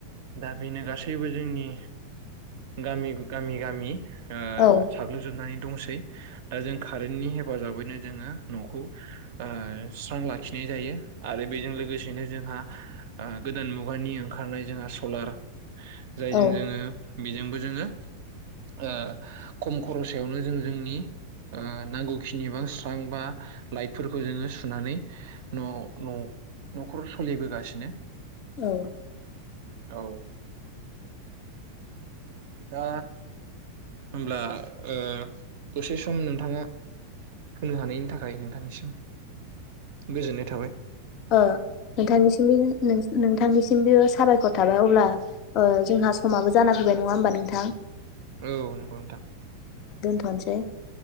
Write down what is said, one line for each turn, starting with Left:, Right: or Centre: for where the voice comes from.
Right: दा बेनो गासैबो जोंनि गामि गामि गामि। ओ
Left: औ
Right: साग्लोबजोबनानै दंसै। दा जों कारेन्टनि हेफाजाबैनो जोङो नखौ। ओ स्रां लाखिनाय जायो आरो बेजों लोगोसेनो जोंहा आ गोदान मुगानि ओंखारनाय जोंहा सलार। जायजों
Left: औ
Right: जोङो बेजोंबो जोङो ओ खम खरसयावनो जों जोंनि ओ नांगौखिनि बा स्रां बा लाइटफोरखौ जोङो सुनानै न' न'खर सोलिबोगासिनो।
Left: औ।
Right: औ। दा होमब्ला ओ दसे सम नोंथाङा होनो हानायनि थाखाय नोंथांनिसिम गोजोननाय थाबाय।
Left: ओ नोंथांनिसिम बे नोंथांनिसिमबो साबायखर थाबाय अब्ला जोंहा समाबो जाना फैबाय नङा होमबा नोंथां?
Right: औ नंगौ नोंथां।
Left: नोसै।